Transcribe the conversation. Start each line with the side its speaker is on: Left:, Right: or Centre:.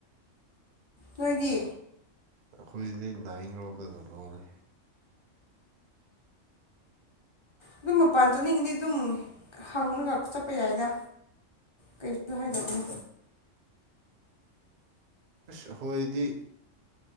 Left: ꯅꯣꯏꯗꯤ
Right: ꯑꯩꯈꯣꯏꯁꯦ ꯅꯥꯏꯤꯡ ꯔꯣꯝꯗꯁꯨ ꯂꯣꯜꯂꯦ
Left: ꯑꯗꯨꯝ ꯃꯄꯥꯟ ꯆꯠꯅꯤꯡꯉꯤꯗꯤ ꯑꯗꯨꯝ ꯍꯪꯉꯒ ꯆꯠꯄ ꯌꯥꯏꯗ ꯀꯩꯁꯨ ꯍꯥꯏꯗꯕꯅꯣ
Right: ꯑꯁ ꯍꯣꯏꯗꯤ